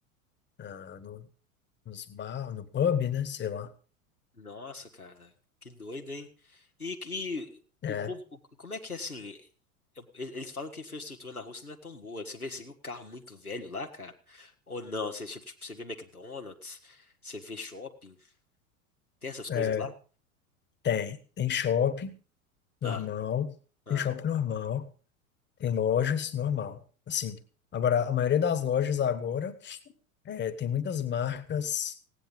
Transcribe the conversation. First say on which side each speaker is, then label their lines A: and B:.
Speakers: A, on the left (about 25°); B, on the left (about 85°).
A: na- no, nos bar, no pub, né? Sei lá.
B: Nossa, cara, que doido, hein? E, e
A: É,
B: o, povo- o- como é que é assim? eu- e- Eles falam que a infraestrutura na Rússia não é tão boa. Você vê, você viu carro muito velho lá, cara? Ou não? Você, tipo, tipo, você vê McDonald's, você vê shopping, tem essas coisas
A: é,
B: lá?
A: tem. Tem shopping normal,
B: Ah, ah,
A: tem shopping normal, tem lojas normal. Assim, agora, a maioria das lojas agora é, tem muitas marcas.